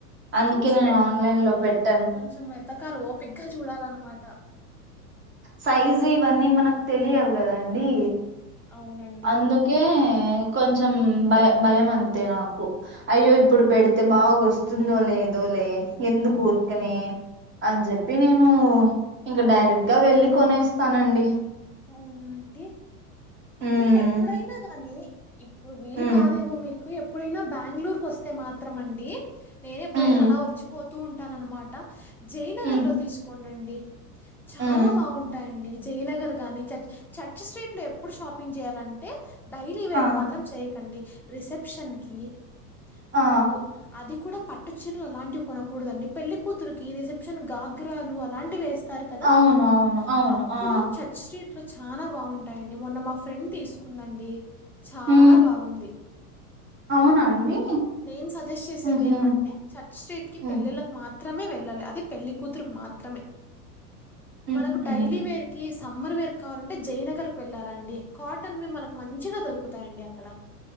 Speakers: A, on the right (about 25°); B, in the centre.
A: అందుకే
B: చూసి
A: నేను
B: పెట్టుకోండి
A: ఆన్లైన్ లో పెట్ట
B: కొంచెం ఎతకాల ఓపిక్గా చూడాలన్నమాట
A: సైజు ఇవన్నీ మనకు తెలియవు కదండి
B: అవునండి
A: అందుకే కొంచం భయ భయం అంతే నాకు అయ్యో ఇప్పుడు
B: అవును.
A: పెడితే బాగస్తు వస్తుందో లేదో లే ఎందు ఊర్కనే అని చెప్పి నేను ఇంక డైరెక్ట్గా వెళ్ళి కొనేస్తానండి
B: అవునా అండి
A: ఉమ్
B: మీరు ఎప్పుడైనా గానీ ఇప్పుడు వీలు
A: ఉమ్
B: కాదేమో మీకు నువ్ ఎప్పుడైనా బాంగళూరు కోస్ తే మాత్రం అండి నేను ఎప్పుడైనా
A: ఉమ్
B: అలా వచ్చిపోతూ ఉం టాన అనమాట జయనగర్
A: ఉమ్
B: లో తీసుకోండ్ అండి చాలా
A: ఉమ్
B: బాగుంటాయండి జయనగర్ గాని చర్చ్ చర్చ్ స్ట్రీట్ లో ఎప్ప ఎప్పుడు షాపింగ్ చేయాల కే డైలీ వేర్
A: ఆ
B: కి మాత్రం చేయియకండి రిసెప్షన్కి మనకు
A: ఆ
B: అది కూడా పట్టు చీరలు అలాంటివి కొనకూడదండి పెళ్లి కూతురుకి రిసెప్షన్ గాఘ్రాలు అలాంటివి వేస్త తారు కదా
A: అవును అవును అవును
B: అప్పుడు
A: ఆ
B: చర్చ్ స్ట్రీట్ ఇట్లో చాలా బాగుంటాయిడి ది మొన్న మా ఫ్రెండ్ తీసుకుందండి చాలా
A: ఉమ్
B: బాగుంది
A: అవునా అండి
B: నేను సజెస్ట్ చేసేది
A: ఉహు
B: ఏమంటే చర్చ్ స్ట్రీట్ కి
A: ఉమ్
B: పెళ్ళిళ్లకు మాత్రం మాత్రమే వెళ్ళాలి అదే పెళ్లికూతురుకి మాత్రమే
A: ఉమ్
B: మనకు
A: ఉమ్.
B: డైలీ వేర్కి సమ్మర్ వేర్ కావాలంటే జయనగర్ వెళ్ళాలండి కాటన్వి మనకు మంచిగా దొరుకుతాయండి అక్కడ